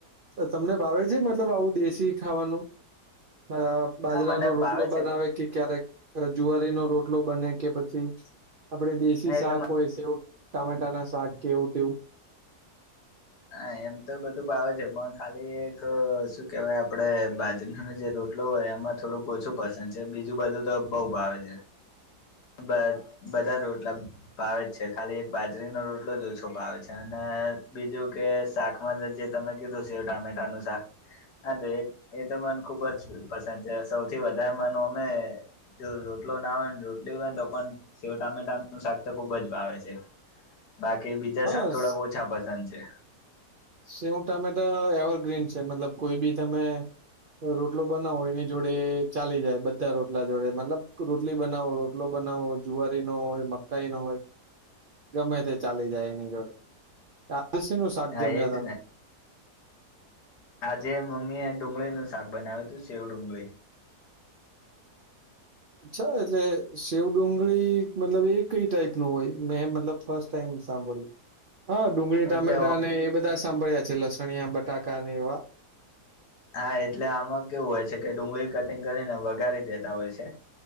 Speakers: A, on the right; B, on the left.
A: તમને ભાવે છે મતલબ આવું દેશી ખાવાનું? હા બાજરાનો
B: હા મને
A: રોટલો
B: ભાવે છે
A: બનાવે કે ક્યારેક જુવારીનો રોટલો બને કે પછી આપડે દેશી
B: એટલે
A: શાક હોય સેવ ટામેટાના શાક કે એવું તેવું
B: હા એમ તો બધું ભાવે છે, પણ ખાલી એક શુ્ કેવાય આપડે બાજરનો જે રોટલો હોય, એમાં થોડુંક ઓછું પસંદ છે. બીજું બધું તો બઉ ભાવે છે. બધા રોટલા ભાવે જ છે, ખાલી એક બાજરીનો રોટલો જ ઓછો ભાવે છે. અને બીજું કે શાકમાં જે તમે કીધું સેવ ટામેટાનું શાક હા તો એ એ તો મન ખુબ જ પસંદ છે. સૌથી વધારે મનું અમે જો રોટલો ના હોય ને રોટલી હોય ને તો પણ સેવ ટામેટાનું શાક તો ખુબ જ ભાવે છે.
A: <inaudible>
B: બાકી બીજા
A: હા
B: શાક થોડાક ઓછા પસંદ છે.
A: સેઉ ટામેટા એવરગ્રીન છે. મતલબ કોઈ બી તમે રોટલો બનાવો એની જોડે ચાલી જાય બધા રોટલા જોડે મતલબ રોટલી બનાવો રો ટલો બનાવો જુવારીનો હોય મકાનો હોય ગમે તે ચાલી જાય એની જોડે <unintelligible>
B: હા એજ
A: તમે
B: ને આજે મમ્મી એ ડુંગળીનું શાક બનાવ્યું હતું શેવ ડુંગળી
A: અચ્છા એટલે શેવડુંગળી મતલબ એ કઈ ટાઈપનું હોય? મેં મતલબ ફર્સ્ટ ટાઈમ સાંભળ્યું. હા ડુંગળી ટામેટા
B: એટલે
A: અને એ બધા સાંભળ્યા છે લસણિયા બટાકાને એવા
B: હા એટલે આમાં કેવું હોય છે કે ડુંગળી કટિંગ કરીને વગારી દેતા હોય છે.